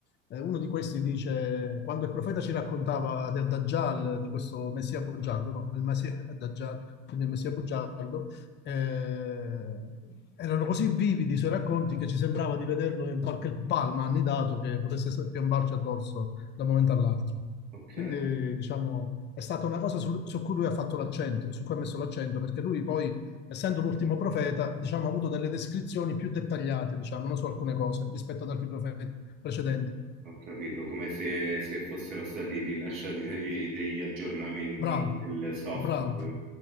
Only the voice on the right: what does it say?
Ok,
ho capito, come se, se fossero stati rilasciati dei- degli aggiornamenti
del software,